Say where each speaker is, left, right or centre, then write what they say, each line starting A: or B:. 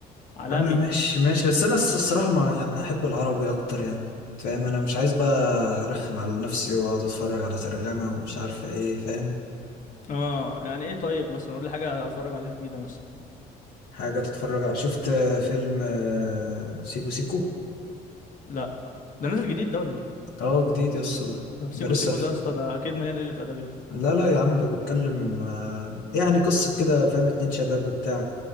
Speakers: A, on the left; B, on the left.
A: عالمي
B: يا عم ماشي ماشي بس انا الص- الصراحة ما يعني احب العربي اكتر يعني فاهم انا مش عايز بقى ارخم على نفسي واقعد اتفرج على ترجمة ومش عارفة ايه فاهم
A: اه يعني ايه طيب مثلا قول لي حاجه اتفرج عليها جديده مثلا
B: حاجة تتفرج على شفت فيلم آه، سيكو سيكو
A: لا ده نازل جديد ده ولا ايه
B: اه جديد يسطا ده
A: طب سيكو
B: ده لسه
A: سيكو
B: في...
A: ده يا اسطى ده اكيد مليان قله ادب يا ابني
B: لا لا يا عم بيتكلم آه، يعني قصة كده فاهم اتنين شباب وبتاع